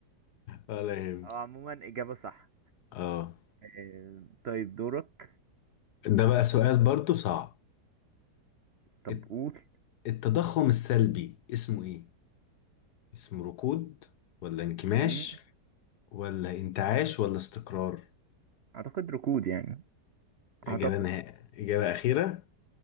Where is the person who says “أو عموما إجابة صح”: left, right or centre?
Right